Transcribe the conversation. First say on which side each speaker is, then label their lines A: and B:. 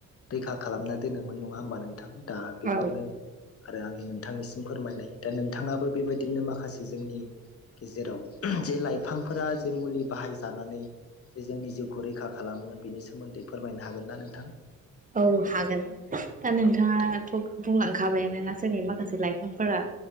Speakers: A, on the left; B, on the right.
A: रैखा खालामना दोनोमोन नङा होमबा नोंथां दा बेफोरनो।
B: औ
A: आरो आंनि नोंथांनिसिम फोरमायनाय दा नोंथाङाबो बेबायदिनो माखासे जोंनि। गेजेराव जे लाइफांफोरा जे मुलि बाहायजानानै। जे जोंनि जिउखौ रैखा खालामो बेनि सोमोन्दै फोरमायनो हागोन ना नोंथां।
B: औ हागोन दा नोंथाङाथ।
A: औ नोंथां
B: बुंलांखाबायानोना जोंनि माखासे लाइफांफोरा।